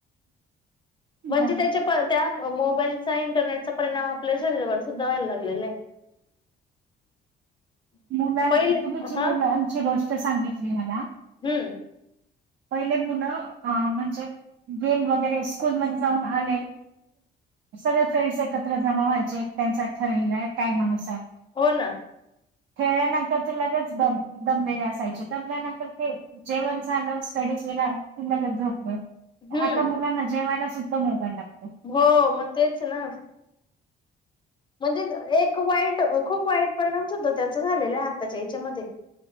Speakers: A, on the left; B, on the right.
A: म्हण
B: बरोबर
A: त्या. त्या मोबाईलचा इंटरनेटचा परिणाम आपल्या शरीरावर सुद्धा व्हायला लागलेला आहे. <unintelligible>
B: मुलां
A: पहिले
B: तुमची
A: हा
B: मुलांची गोष्ट सांगितली मला.
A: हम्म.
B: पहिले मुलं अ म्हणजे गेम वगैरे स्कूलमध्येध्ये जाऊन आले. सगळे फ्रेंड्स एकत्र जमावा्हायचे त्यांचा ठरलेला आहे टाइम अनुसार.
A: हो ना
B: खेळल्यानंतर ते लगेच दम दभिरी असायची दमल्यानंतर खेळ. जेवण झाचालंस. सा वेला किल् झोपले
A: हम्म
B: आता मुलांना जेवायला सुद्धा मोबाईल लागत.
A: हो मग तेच ना. म्हणजे एक वाईट खूप वाईट परिणाम सुद्धा त्याचा झालेला आहे आताच्या याच्यामध्येध्ये.